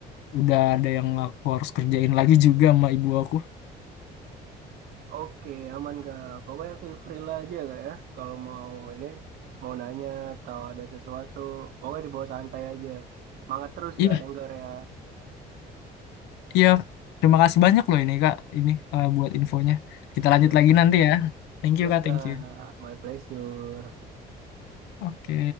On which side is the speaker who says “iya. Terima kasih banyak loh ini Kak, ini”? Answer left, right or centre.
Left